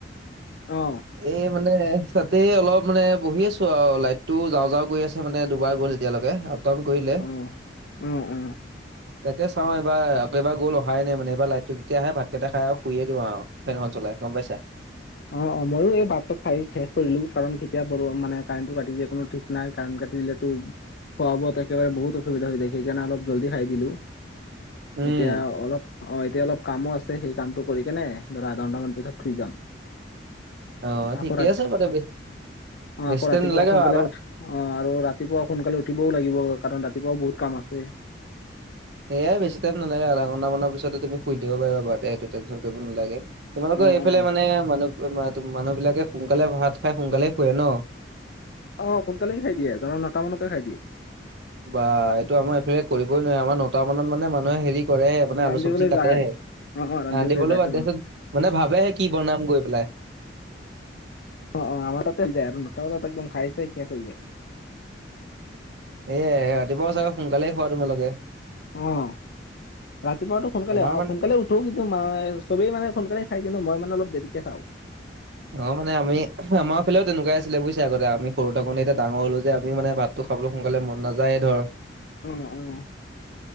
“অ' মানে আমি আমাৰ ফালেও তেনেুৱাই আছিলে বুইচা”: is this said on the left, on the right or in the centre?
Right